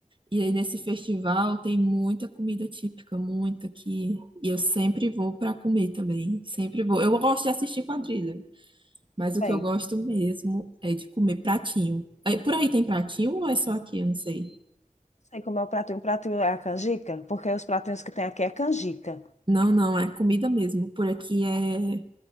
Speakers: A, on the right (about 35°); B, on the left (about 55°).
A: E aí nesse festival tem muita comida típica, muita que e eu sempre vou para comer também, sempre vou. Eu gosto de assistir quadrilha, mas o
B: Bem,
A: que eu gosto mesmo é de comer pratinho. Aí, Por aí tem pratinho ou é só aqui? Eu não sei.
B: sei como é o pratinho. O pratinho é a canjica, porque os pratinhos que tem aqui é canjica.
A: Não, não, é comida mesmo. Por aqui é,